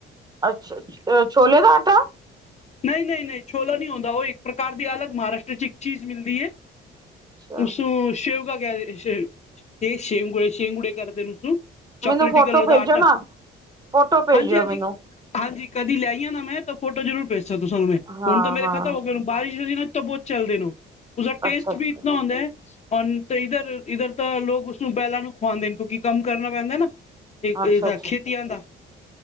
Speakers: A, on the right; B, on the left.
A: ਅੱਛਾ, ਅਛ ਛੋਲੇਆਂ ਦਾ ਆਟਾ।
B: ਨਈ ਨਈ ਨਈ ਛੋਲਾ ਨੀ ਹੋਂਦਾ। ਓ ਇੱਕ ਪ੍ਰਕਾਰ ਦੀ ਅਲੱਗ ਮਹਾਰਾਸ਼ਟਰ ਚ ਇੱਕ ਚੀਜ਼ ਮਿਲਦੀ ਏ।
A: ਅੱਛਾ
B: ਉਸਨੂੰ ਸ਼ਇਵਗਾ ਕੈਦੇ ਸ਼ ਸ਼ੇਂਗੁੜੇ ਸ਼ੇਂਗੁੜੇ ਕਰਦੇ ਨ ਸੂ। ਚੋਕਲੇਟੀ
A: ਮੈਨੂੰ ਫੋਟੋ
B: ਕਲਰ ਦਾ
A: ਭੇਜੋ
B: ਆਟਾ।
A: ਨਾ ਫੋਟੋ ਭੇਜਿਓ
B: ਹਾਂਜੀ, ਹਾਂਜੀ।
A: ਮੈਨੂੰ
B: ਹਾਂਜੀ ਕਦੀ ਲੈ ਈ ਆ ਨਾ ਮੈਂ ਤਾਂ ਫੋਟੋ ਜ਼ਰੂਰ ਭੇਜ ਸਾ ਤੁਸਾ ਨੂੰ ਮੈਂ।
A: ਹਾਂ
B: ਹੁਣ ਤਾਂ ਮੇਰੇ
A: ਹਾਂ
B: ਖਤਮ ਹੋਗੇ। ਬਾਰਿਸ਼ ਦੇ ਦਿਨਾ ਚ ਤਾਂ ਬੋਤ ਚਲਦੇ ਨੇ ਓ। ਉਸਦਾ ਟੇਸਟ
A: ਅੱਛਾ ਅੱਛਾ
B: ਵੀ ਇਤਨਾ ਹੁੰਦਾ ਐ। ਹੋਨ ਤੇ ਇੱਧਰ ਇੱਧਰ ਤਾਂ ਲੋਕ ਉਸਨੂੰ ਬੈਲਾਂ ਨੂੰ ਖੁਵਾਂਦੇ ਨੇ ਕਿਉਂਕਿ ਕੰਮ ਕਰਨਾ ਪੈਂਦਾ ਐਨਾ। ਏ
A: ਅੱਛਾ
B: ਏਦਾ
A: ਅੱਛਾ
B: ਖੇਤੀਆਂ ਦਾ।